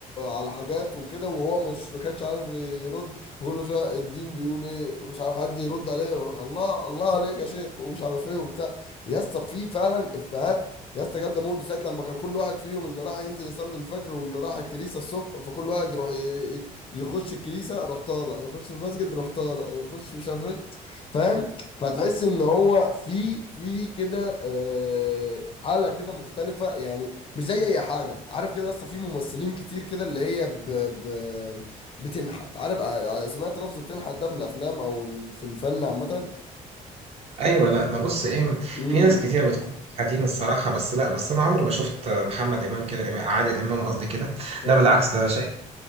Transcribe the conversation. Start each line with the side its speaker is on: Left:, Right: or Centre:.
Left: على حاجات وكده وهو مش ما كانش عارف يرد كل شويه الدين بيقول ايه ومش عارف حد يرد عليه الله الله عليك يا شيخ ومش عارف ايه وبتاع يا اسطى في فعلا افيهات يا اسطى جامده موت ساعه لما كان كل واحد فيهم اللي راح ينزل يصلي الفجر واللي راح الكنيسه الصبح فكل واحد يروح ي- ي- يخش الكنيسه روح طالع يخش المسجد روح طالع يخش مش عارف ايه فاهم فتحس ان هو في في كده آه، حاله كده مختلفه يعني مش زي اي حاجه عارف كده يا اسطى في ممثلين كتير كده اللي هي ب ب بتنحت عارف ع- سمعت لفظ بتنحت ده في الافلام او في الفن عامه
Right: ايوه لا ده بص ايه
Left: امم
Right: في ناس كتيره بتكون حاتين الصراحه بس لا بس انا عمري ما شفت محمد امام كده عادل امام قصدي كده
Left: اه
Right: لا بالعكس ده شايف